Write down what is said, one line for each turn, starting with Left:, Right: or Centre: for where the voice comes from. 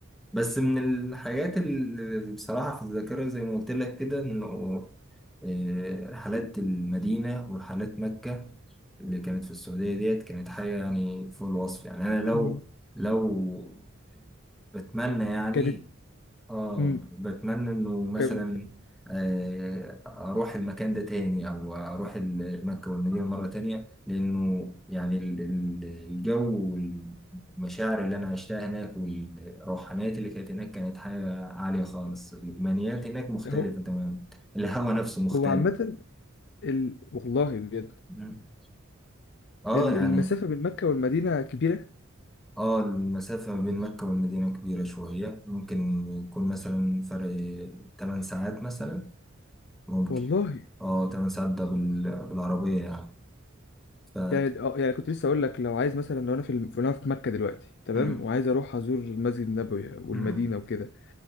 Centre: بس من الحاجات اللي بصراحة في الذاكرة زي ما قلت لك كده إنه آه، رحلات المدينة ورحلات مكة اللي كانت في السعودية ديت كانت حاجة يعني فوق الوصف يعني أنا لو
Left: مم.
Centre: لو بتمنى يعني
Left: كانت
Centre: اه
Left: مم.
Centre: بتمنى انه مثلا
Left: كان
Centre: آه، اروح المكان ده تاني او اروح ال- مكة والمدينة مرة تانية لانه يعني ال- ال- الجو والمشاعر اللي انا عشتها هناك والروحانيات اللي كانت هناك كانت حاجة عالية خالص الايمانيات هناك مختلفة
Left: هو
Centre: تماما الهوا نفسه مختلف
Left: هو عامة ال... والله بجد
Centre: مم. اه
Left: ال-
Centre: يعني
Left: المسافة بين مكة والمدينة كبيرة
Centre: اه المسافة ما بين مكة والمدينة كبيرة شوية ممكن يكون مثلا فرق 8 ساعات مثلا ممكن
Left: والله
Centre: اه 8 ساعات ده بال... بالعربية يعني ف
Left: يعني اه يعني كنت لسه اقول لك لو عايز مثلا لو انا في الم... لو انا في مكة دلوقتي تمام
Centre: مم.
Left: وعايز اروح ازور المسجد النبوي والمدينة
Centre: مم.
Left: وكده